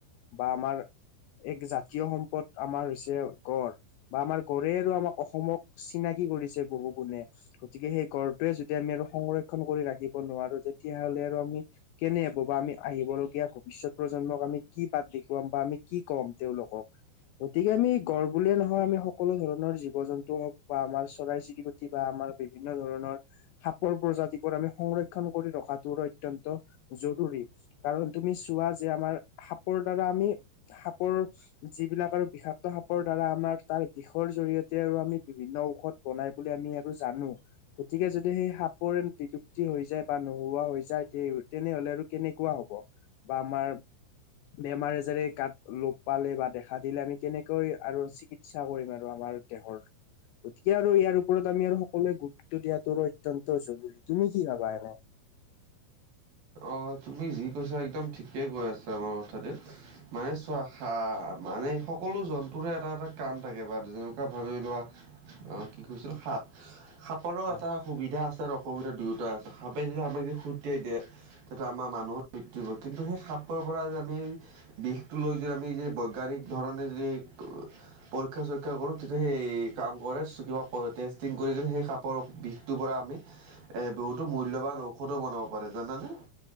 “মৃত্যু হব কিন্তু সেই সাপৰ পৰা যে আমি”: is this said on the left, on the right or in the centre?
Right